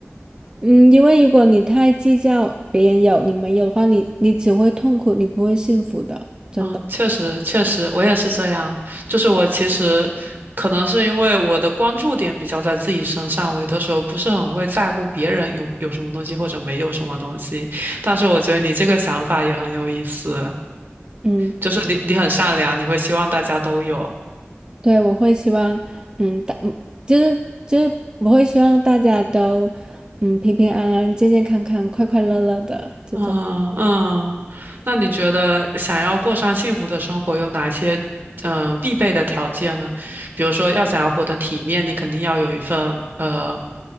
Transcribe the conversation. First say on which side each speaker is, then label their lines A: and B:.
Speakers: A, on the right; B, on the right.
A: 嗯，因为如果你太计较别人有你没有的话，你你只会痛苦，你不会幸福的，真的。
B: 嗯，确实确实，我也是这样。就是我其实可能是因为我的关注点比较在自己身上，我有的时候不是很会在乎别人有有什么东西或者没有什么东西。但是我觉得你这个想法也很有意思。
A: 嗯。
B: 就是你你很善良，你会希望大家都有。
A: 对，我会希望，嗯，大，嗯就是就是我会希望大家都，嗯，平平安安、健健康康、快快乐乐的这种。
B: 嗯嗯，那你觉得想要过上幸福的生活有哪些嗯、呃必备的条件呢？比如说，要想要活得体面，你肯定要有一份呃